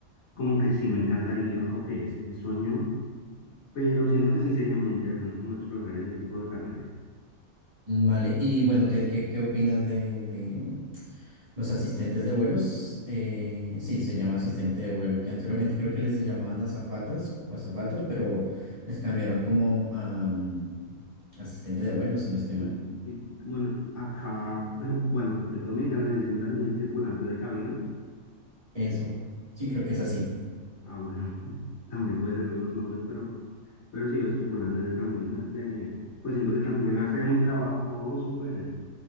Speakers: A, on the left; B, on the right.
A: como que sí me encantaría o que es mi sueño, pero siento que sí sería muy interesante como explorar ese tipo de carrera.
B: Vale, y bueno, ¿qué, qué, qué opinas de, de, Los asistentes de vuelos, eh, sí, se llama asistente de vuelo, que anteriormente creo que les llamaban azafatas o azafatos, pero les cambiaron como a mm, asistente de vuelo, si no estoy mal.
A: Y, y, bueno, acá, pero bueno, en República Dominicana le dicen también tripulante de cabina,
B: Eso,
A: que,
B: sí, creo que es así.
A: ah, bueno, <laughs> también puede ser los dos nombres, pero, pero sí los tripulantes de cabina, de, pues siento que también hacen un trabajo súper,